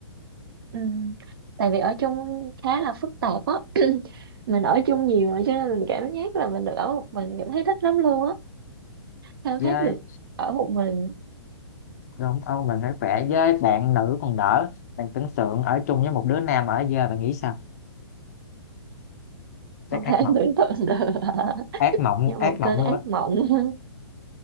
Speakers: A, on the right; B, on the left.
A: Ừ. Tại vì ở chung khá là phức tạp á <clears throat> mình ở chung nhiều rồi cho nên mình cảm giác là mình được ở một mình cảm thấy thích lắm luôn á khao
B: với
A: khát được ở một mình
B: đúng không mình phải khỏe với bạn nữ còn đỡ bạn tưởng tượng ở chung với một đứa nam ở giờ bạn nghĩ sao chắc
A: không
B: ác
A: thể <laughs>
B: mộng
A: tưởng tượng được <laughs>
B: ác mộng
A: như
B: ác
A: một
B: mộng
A: cơn
B: luôn
A: ác
B: á
A: mộng <clears throat>